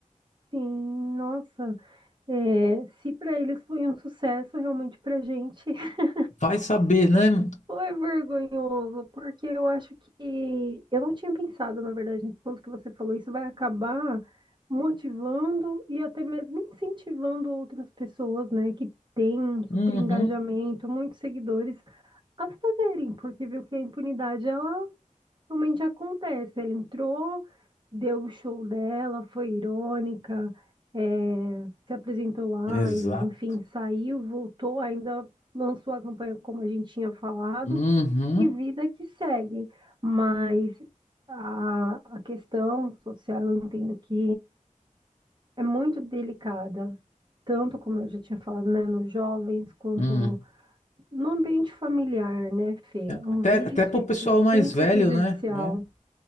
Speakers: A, on the right (about 35°); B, on the left (about 60°).
A: Sim, nossa, é, se para eles foi um sucesso, realmente pra gente <laughs>
B: Vai saber, né?
A: foi vergonhoso, porque eu acho que eu não tinha pensado, na verdade, nesse ponto que você falou, isso vai acabar motivando e até mesmo incentivando outras pessoas, né, que têm um super
B: Uhum.
A: engajamento, muitos seguidores, a fazerem, porque viu que a impunidade, ela Realmente acontece. Ela entrou, deu o show dela, foi irônica, eh, se apresentou lá
B: Exato.
A: e, enfim, saiu, voltou, ainda lançou a campanha como a gente tinha falado,
B: Uhum.
A: e vida que segue. Mas a, a questão social, eu entendo que é muito delicada. Tanto como eu já tinha falado, né, nos jovens, quanto
B: Hum.
A: no ambiente familiar, né, Fê? Um
B: Até,
A: vício,
B: até pro pessoal
A: ele é sempre
B: mais velho,
A: prejudicial.
B: né? É.